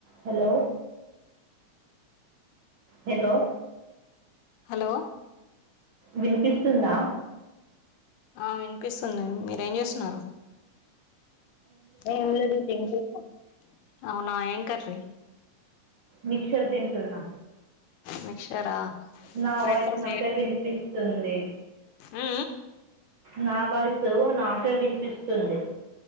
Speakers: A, on the right; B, on the left.
A: Hello hello
B: hello
A: వినిపిస్తుందా
B: ఆ వినిపిస్తుంది మీరు ఏం చేస్తున్నారు ఏం లేదు తింటున్న అవునా ఏం కర్రీ
A: మిక్చర్ తింటున్న
B: మిక్చరా
A: నా
B: బ్రెడ్
A: వాయిస్
B: చప్
A: <unintelligible> వినిపిస్తుంది
B: హు
A: నా వాయసు నాకే వినిపిస్తుంది